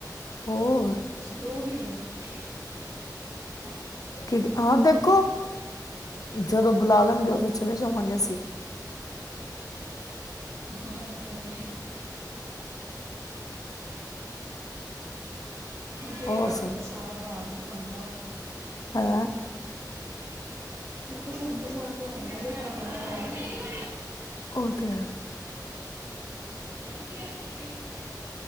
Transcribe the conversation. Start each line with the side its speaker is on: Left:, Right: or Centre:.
Left: ਹੋਰ
Right: ਤੁਸੀ ਲੋਗ <unintelligible>
Left: ਠੀਕ ਆਹ ਦੇਖੋ ਜਦੋਂ ਬੁਲਾ ਲੈਣਗੇ ਉਦੋਂ ਚਲੇ ਜਾਵਾਂਗੇ ਅਸੀ
Right: ਹਾਂ ਇਹ ਤਾਂ ਹੈ ਦੇਖਣਾ
Left: ਹੋਰ
Right: ਪੈਂਦਾ ਸਾਰਾ ਘਰ ਘਰ ਦਾ
Left: ਹੈ
Right: ਮੈਂ ਕਿਹਾ ਲੈਣਾ ਪਿਆ
Left: ਉਹ ਤੇ ਹੈ
Right: ੈ ਹ ਕਿਹੜੀ